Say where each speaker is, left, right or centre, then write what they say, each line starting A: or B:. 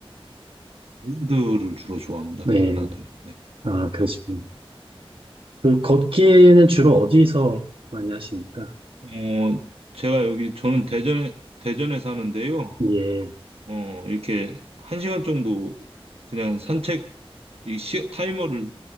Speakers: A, on the right; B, on the right.
A: 발라드를 주로 좋아합니다.
B: 네.
A: 발라드. 네.
B: 아, 그러시군요. 그 걷기는 주로 어디서 많이 하십니까?
A: 어 제가 여기 저는 대전에 대전에 사는데요.
B: 예.
A: 어 이렇게 한 시간 정도 그냥 산책 이 시, 타이머를